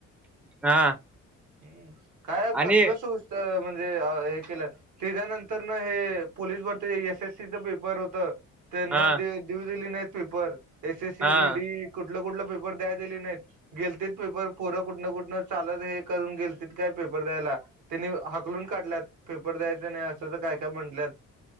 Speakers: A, in the centre; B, on the right.
A: हा
B: हम काय कसल
A: आणि
B: सुस् म्हणजे हे केलं तेच्यानंतर तर ना हे पोलीस भरती एस एससीचं पेपर होतं तर ना
A: हा
B: दे देऊ दिली नाही पेपर एस एसी
A: हा
B: जीडी कुठलं कुठलं पेपर द्याय दिले नाहीत गेलते पेपर पोरक कुठ कुठं चाल हे करून गे त काय पेपर द्यायलानी उकलून काढल्यात पेपर द्यायचं नाही असं तर काय काय म्हटल्यात